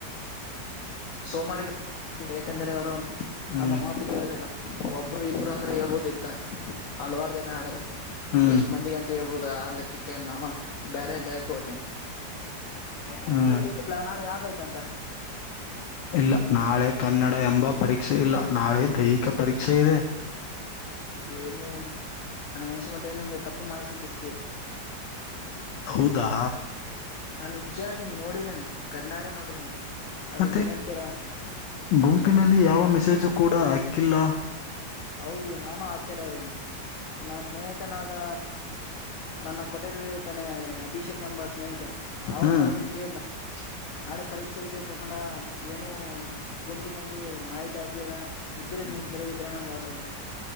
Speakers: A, on the left; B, on the left.
A: ಸೋಮಾರಿ ಏಕೆಂದರೆ ಅವರು
B: ಹ್ಮ್
A: ನಮ್ಮ ಮಾತು ಕೇಳೋದಿಲ್ಲ ಒಬ್ರು ಇಬ್ರು ಅಂದ್ರೆ ಹೇಳ್ಬೋದ ಇತ್ತ ಹಲವಾರು ಜನ ಆದಾರೆ
B: ಹ್ಮ್
A: ಎಷ್ಟ್ ಮಂದಿಗ ಅಂತ ಹೇಳ್ಬೋದು ಆ ಲೆಕ್ಕಕ್ಕೆ ನಾ ಬೇರೆ ಜಾಗಕ್ಕೆ ಹೋತೆ
B: ಹ್ಮ್
A: ನಾಳೆ ಯಾವ್ದಾಯ್ತ ಅಂತ
B: ಇಲ್ಲ ನಾಳೆ ಕನ್ನಡ ಎಂಬ ಪರೀಕ್ಷೆ ಇಲ್ಲ ನಾಳೆ ದೈಹಿಕ ಪರೀಕ್ಷೆ ಇದೆ
A: ಏನ್ ನನ್ಗೆ ಅನ್ಸೋ ಮಟ್ಟೆಗೆ ಏನ್ ನಿಮ್ಗೆ ತಪ್ಪು ಮಾಹತಿಕ
B: ಹೌದಾ
A: ನಾನು ನಿಜವಾಗಿ ನೋಡಿದ್ದೇನೆ ಕಣ್ಣಾರೆ ನೋಡಿದ್ದೇನೆ ಅದು
B: ಮತ್ತೆ
A: ಏನಂತೀರಾ
B: ಗುಂಪಿನಲ್ಲಿ ಯಾವ ಮೆಸೇಜು ಕೂಡ ಹಾಕ್ಕಿಲ್ಲ ನೋಡ
A: ಹೌದು ನಾನು ಆಶ್ಚರ್ಯವೇಗಿನಿ ನ ಸ್ನೇಹಿತನಾದ ನನ್ನ ಕೊಟರಿ ಹೇಳ್ತಾನೆ ಅಭಿಷೇಕ್ ಎಂಬ ಸ್ನೇಹಿತ ಆ
B: ಹ್ಮ್
A: ಸಡು ಕೇಳಿನ ನಾಳೆ ಪರೀಕ್ಷೆ ಇದೆ ಕನ್ನಡ ಏನು ಗುಂಪಿನಲ್ಲಿ ಮಾಹಿತಿ ಹಾಕಿಲ್ಲ ಇದ್ರೆ ನಿನ್ ಕಡೆ ಇದ್ರ ನಂಗ ಆಕ ಅಂತ